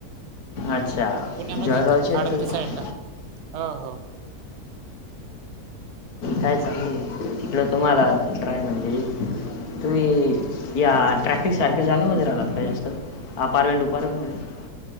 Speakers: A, on the left; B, on the right.
A: अच्छा
B: पुण्यामध्ये
A: जळगावचे
B: ईथं
A: आहेत
B: आळंदी
A: तुम्ही
B: साईडला हो हो.
A: काय चांगलं आहे. तुम्हाला ट्राय करा म्हणलीत. तुम्ही या ट्रॅफिक सारख्या जागेमध्ये राहीलात का जास्त? अपारमेंट बीपारमेंट मध्ये नाही.